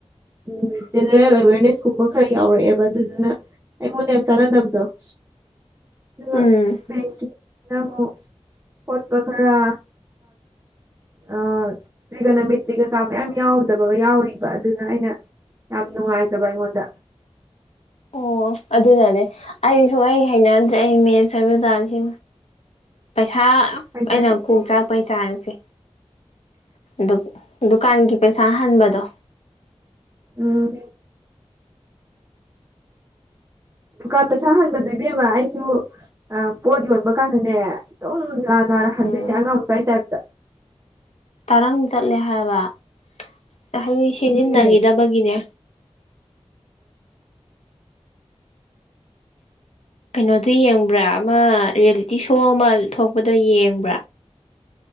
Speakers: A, on the right; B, on the left.
A: ꯎꯝ ꯖꯦꯅꯔꯦꯜ ꯑꯦꯋꯦꯔꯅꯦꯁ ꯀꯨꯝꯕ ꯈꯔ ꯌꯥꯎꯔꯛꯑꯦꯕ ꯑꯗꯨꯗꯨꯅ ꯑꯩꯉꯣꯟꯗ ꯌꯥꯝ ꯆꯥꯟꯅꯗꯕꯗꯣ <inaudible> ꯗꯨꯒ
B: ꯎꯝ
A: ꯕꯦꯡꯀꯤꯡ ꯅ ꯑꯃꯨꯛ ꯍꯣꯠꯄ ꯈꯔ ꯑ ꯇ꯭ꯔꯤꯒꯅꯃꯤꯇ꯭ꯔꯤꯒꯀꯥ ꯃꯌꯥꯝ ꯌꯥꯎꯗꯕ ꯌꯥꯎꯔꯤꯕ ꯑꯗꯨꯅ ꯑꯩꯅ ꯌꯥꯝ ꯅꯨꯡꯉꯥꯏꯖꯕ ꯑꯩꯉꯣꯟꯗ
B: ꯑꯣ ꯑꯗꯨꯗꯅꯦ ꯑꯩ ꯁꯨꯨꯡꯍꯩ ꯍꯩꯅꯗ꯭ꯔꯦ ꯑꯩ ꯃꯦꯠꯁ ꯍꯥꯏꯕ ꯖꯥꯠꯖꯦ ꯄꯩꯁꯥ
A: ꯍꯩꯅꯗꯦ
B: ꯑꯩꯅ ꯀꯣꯛ ꯆꯥꯛꯄꯩ ꯆꯥꯡꯖꯦ ꯗꯨꯞ ꯗꯨꯀꯥꯟꯒꯤ ꯄꯩꯁꯥ ꯍꯟꯕꯗꯣ
A: ꯎꯝ ꯗꯨꯀꯥꯟ ꯄꯩꯁꯥꯍꯟꯕꯗꯨ ꯏꯕꯦꯝꯃꯥ ꯑꯩꯆꯨ ꯑꯥ ꯄꯣꯠꯌꯣꯟꯕ ꯀꯥꯟꯗꯅꯦ ꯑꯗꯨꯝ ꯂꯥꯟꯅ ꯍꯟꯗꯣꯏꯅꯦ
B: ꯎꯝ
A: ꯑꯉꯥꯡ ꯃꯆꯥꯥꯏ ꯇꯥꯏꯞꯇ
B: ꯇꯔꯪ ꯆꯠꯂꯦ ꯍꯥꯏꯕ ꯇ ꯍꯥꯏꯗꯤ ꯁꯤꯖꯤꯟꯅꯒꯤꯗꯕꯒꯤꯅꯦ
A: ꯑꯗꯨꯅꯦ
B: ꯀꯩꯅꯣꯗꯣ ꯌꯦꯡꯕ꯭ꯔꯥ ꯑꯃꯥ ꯔ꯭ꯌꯦꯜꯂꯤꯇꯤ ꯁꯣ ꯑꯃꯥ ꯊꯣꯛꯄꯗꯣ ꯌꯦꯡꯕ꯭ꯔꯥ